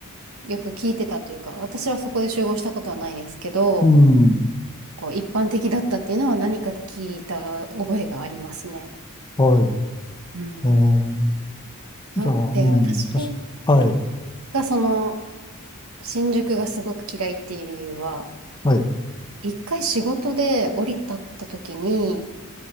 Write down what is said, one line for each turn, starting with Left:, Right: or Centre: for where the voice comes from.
Right: よく聞いてたというか、私はそこで集合したことはないですけど、
Left: うん。
Right: こう一般的だったっていうのは何かで聞いた覚えがありますね。
Left: はい。
Right: うん。
Left: ええ、
Right: はで、
Left: じゃあ、うん。
Right: 私
Left: 確か、はい。
Right: がその新宿がすごく嫌いっていう理由は、
Left: はい。
Right: 一回仕事で降り立った時に、